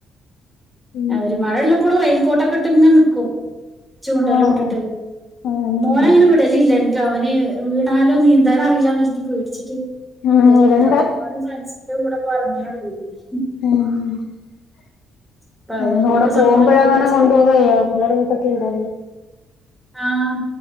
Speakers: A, on the left (about 75°); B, in the centre.
A: ഉം
B: ആര് മഴെള്ളപ്പോളും റൈ കോട്ടക്കെട്ടിന്നെ നിക്കും ചൂണ്ടലൂട്ട്ട്ട്
A: ആഹ് ആഹ് മീൻ
B: മോനങ്ങനെ
A: പിടിക്കാൻ
B: വില് ല്ല അവന് വീണാലും നീന്താനറീല്ലാന്ന് എര്തി പേട്ച്ചിട്ട്
A: ഉം
B: വിടല്
A: ഇവിടെണ്ട്
B: ഇല്ല പോവാനും ന്റെ കൂടെ പറഞ്ഞ <unintelligible>
A: ഉം
B: അപ്പൊ അവൻ
A: അമ്മള
B: ഇന്നോട്
A: കൂടെ പോകുമ്പഴാങ്ങണെ
B: സമ്മതം ചോദിച്ചു
A: കൊണ്ടൊ പോവായല് ഉള്ളവരെ പറ്റി ഉടയവര്
B: ആഹ്